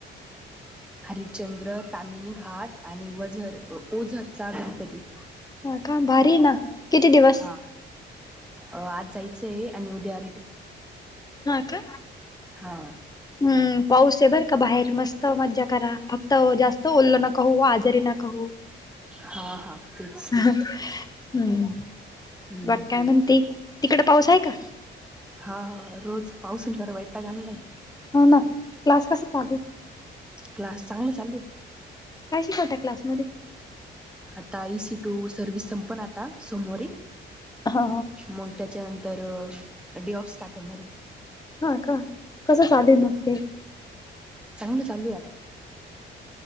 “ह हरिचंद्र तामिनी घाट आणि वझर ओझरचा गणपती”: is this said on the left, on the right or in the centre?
Centre